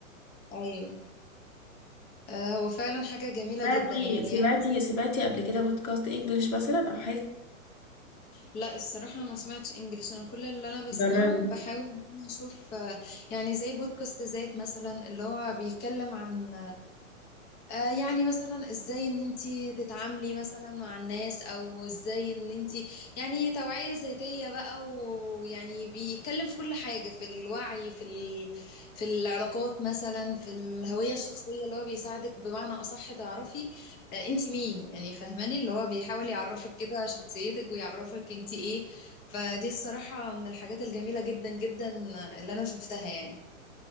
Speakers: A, on the left (about 25°); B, on the left (about 65°).
A: ايوه آه هو فعلا حاجة جميلة
B: سمعتي
A: جدا يعني
B: سمعتي سمعتي قبل كده بودكاست انجليش مثلا او حاجة
A: لا الصراحة ما سمعتش انجليش انا كل اللي انا بسمعه
B: جربي
A: بحاول إن أنا اشوف آه يعني زي بودكاست ذات مثلا اللي هو بيتكلم عن آه، يعني مثلا ازاي ان انتي تتعاملي مثلا مع الناس او ازاي ان انتي يعني توعية ذاتية بقى ويعني بيتكلم في كل حاجة في الوعي في ال... في العلاقات مثلا في الهوية الشخصية اللي هو بيساعدك بمعنى اصح تعرفي آه، انتي مين يعني فاهماني اللي هو بيحاول يعرفك كده شخصيتك ويعرفك انتي ايه فدي الصراحة من الحاجات الجميلة جدا جدا آه، اللي انا شفتها يعني